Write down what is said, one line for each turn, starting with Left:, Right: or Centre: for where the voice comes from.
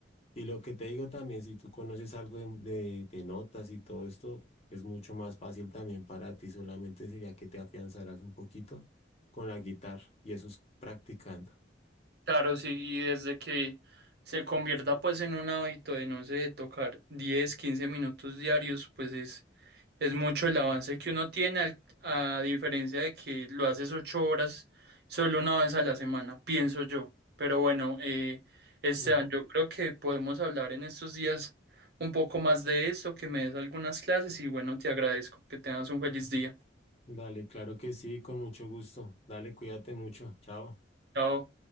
Left: y lo que te digo también, si tú conoces algo de, de- de notas y todo esto, es mucho más fácil también para ti. Solamente sería que te afianzaras un poquito con la guitarra y eso es practicando.
Right: claro, sí, y desde que se convierta, pues, en un hábito de, no sé, tocar 10, 15 minutos diarios, pues es Es mucho el avance que uno tiene, al- a diferencia de que lo haces ocho horas solo una vez a la semana, pienso yo. Pero bueno, eh, Esteban,
Left: Ujú.
Right: yo creo que podemos hablar en estos días un poco más de esto, que me des algunas clases y bueno, te agradezco que tengas un feliz día.
Left: Dale, claro que sí, con mucho gusto. Dale, cuídate mucho. Chao.
Right: Chao.